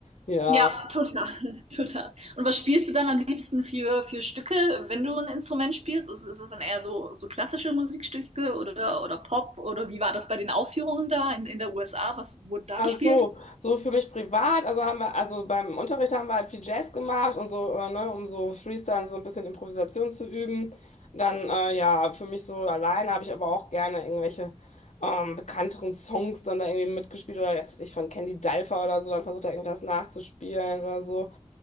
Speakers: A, on the left; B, on the right.
A: Ja,
B: Ja, total, <laughs> total. Und was spielst du dann am liebsten für, für Stücke, wenn du ein Instrument spielst? Ist, ist es dann eher so, so klassische Musikstücke oder, oder Pop? Oder wie war das bei den Aufführungen da in, in der USA? Was wurde da
A: also
B: gespielt?
A: so, so für mich privat, also haben wir, also beim Unterricht haben wir halt viel Jazz gemacht und so, äh, ne, um so Freestyle, so ein bisschen Improvisation zu üben. Dann, äh, ja, für mich so alleine habe ich aber auch gerne irgendwelche ähm, bekannteren Songs dann da irgendwie mitgespielt oder weiß ich von Candy Dulfer oder so, dann versucht da irgendwas nachzuspielen oder so.